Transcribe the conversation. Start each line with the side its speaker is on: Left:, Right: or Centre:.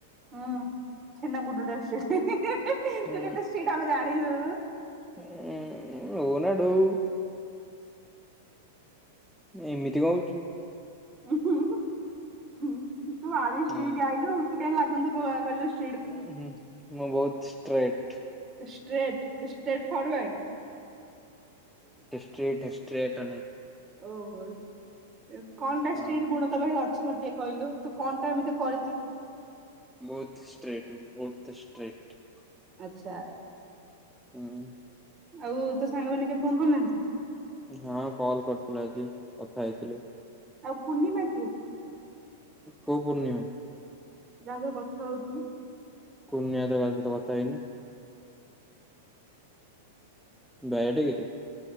Right: ହୁଁ ଛେନା ଗୁଡଟା ଷ୍ଟ୍ରିଟ୍ ହିଁ ହିଁ ହିଁ ହିଁ
Centre: ହୁଁ
Right: ତୁ କେତେ ଷ୍ଟ୍ରିଟ୍ ଆମେ ଜାଣିଚୁ।
Centre: ଉଁ ନା! !!!!!!!!! ଏମିତି କଣ ହଉଚୁ?
Right: ହୁଁ ହୁଁ ହୁଁ ହୁଁ ତୁ ଆରି
Centre: ହୁଁ
Right: ଷ୍ଟ୍ରିଟ୍ ଆଇଲୁ ଆଉ, ତୁ କାଇଁ ଲାଗୁନି ତ କୋଉ ଆନ୍ଗେଲ୍ ରୁ ଷ
Centre: ଉଁ ହୁଁ ମୁଁ ବହୁତ ଷ୍ଟ୍ରେଟ୍।
Right: Straight straight forward?
Centre: <unintelligible> ଷ୍ଟେର୍ଟ୍ ନାଇଁ।
Right: ଓହୋଲ କଁଣ ଟା
Centre: ହଁ
Right: ଷ୍ଟ୍ରିଟ ଗୁଣ ତୋର ଅ ଛି ମତେ ଟିକେ କହିଲୁ ତୁ କଁଣ ଟା ଏମିତି କରିଚୁ?
Centre: ବହୁତୁ ଷ୍ଟ୍ରିଟ୍ ବହୁତ ଷ୍ଟ୍ରେଟ୍।
Right: ଆଚ୍ଛା।
Centre: ହୁଁ।
Right: ଆଉ ତୋ ସାଙ୍ଗମାନେ କିଏ ଫୋନ କରିନାହାନ୍ତି?
Centre: ଜଣେ କଲ କରିଥିଲା ଆଜି କଥା ହେଇଥିଲି।
Right: ଆଉ ପୂର୍ଣ୍ଣିମା କିଏ?
Centre: କୋଉ ପୂର୍ଣିମା?
Right: ଯାହା ସହ କଥା ହଉଥିଲୁ।
Centre: ପୂର୍ଣ୍ଣିମା ସହିତ ତ କଥା ହେଇନି। ବାୟାଟା କିରେ?